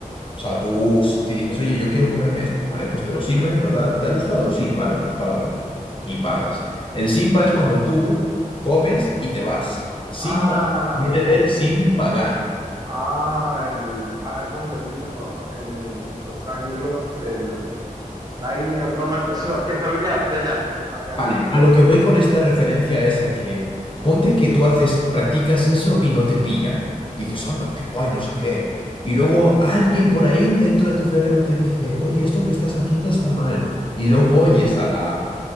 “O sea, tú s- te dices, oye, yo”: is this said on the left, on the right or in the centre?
Left